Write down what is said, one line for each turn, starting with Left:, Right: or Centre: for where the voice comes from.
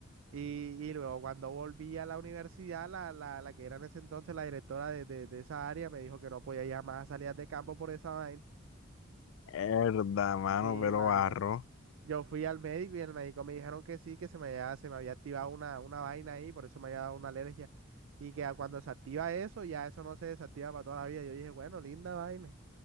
Right: Y, y luego cuando volví a la universidad, la, la, la que era en ese entonces la directora de, de, de esa área me dijo que no podía ya más a salidas de campo por esa vaina.
Left: Herda, mano,
Right: Sí,
Left: pero
Right: mano.
Left: barro.
Right: Yo fui al médico y el médico me dijeron que sí, que se me había, se me había activado una, una vaina ahí, por eso me había dado una alergia. Y que a cuando se activa eso, ya eso no se desactiva para toda la vida. Yo dije, bueno, linda vaina.